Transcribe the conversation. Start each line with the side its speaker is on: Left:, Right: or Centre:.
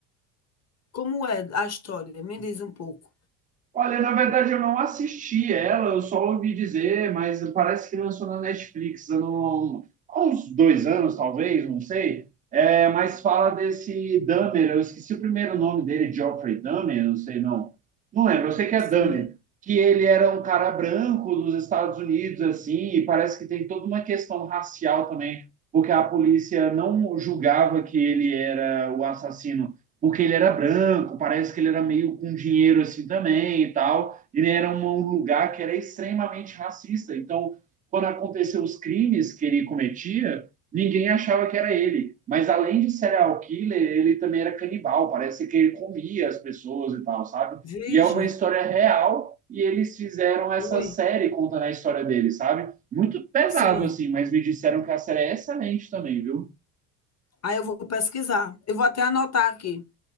Left: Como é a história? Me diz um pouco.
Right: Olha, na verdade eu não assisti ela, eu só ouvi dizer, mas parece que lançou na Netflix há um- há uns dois anos, talvez, não sei. É, mas fala desse Dahmer, eu esqueci o primeiro nome dele, Geoffrey Dahmer, não sei não. Não lembro, eu sei que é
Left: Sim.
Right: Dahmer, que ele era um cara branco dos Estados Unidos, assim, e parece que tem toda uma questão racial também, porque a polícia não julgava que ele era o assassino porque ele era branco, parece que ele era meio com dinheiro assim também e tal. Ele era um lugar que era extremamente racista. Então, quando aconteceu os crimes que ele cometia, ninguém achava que era ele. Mas além de serial killer, ele também era canibal. Parece que ele comia as pessoas e tal, sabe?
Left: Vige,
Right: E é uma história real e eles fizeram essa
Left: ui,
Right: série contando a história dele, sabe? Muito pesado
Left: sim.
Right: assim, mas me disseram que a série é excelente também, viu?
Left: Aí eu vou pesquisar. Eu vou até anotar aqui.